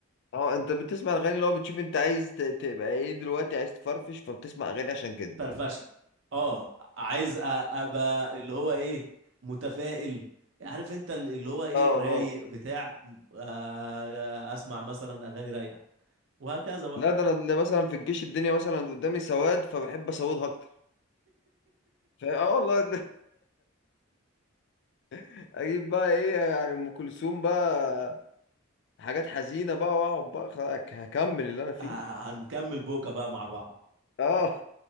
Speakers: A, on the left; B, on the right.
A: اه انت بتسمع الاغاني اللي هو بتشوف انت عايز ت- تبقى ايه دلوقتي عايز تفرفش فبتسمع اغاني عشان كده
B: فرفشة اه عايز أ- أبقى اللي هو إيه متفائل عارف انت ال- اللي هو ايه
A: اه
B: رايق
A: اه
B: بتاع آه، آه، اسمع مثلا اغاني رايقه وهكذا بقى
A: لا ده انا اللي مثلا في الجيش الدنيا مثلا قدامي سواد فبحب اسودها اكتر فا اه والله <laughs> اجيب بقى ايه يعني ام كلثوم بقى حاجات حزينه بقى واقعد بقى خلاص هكمل اللي انا فيه
B: آه، هنكمل بوكا بقى مع بعض
A: اه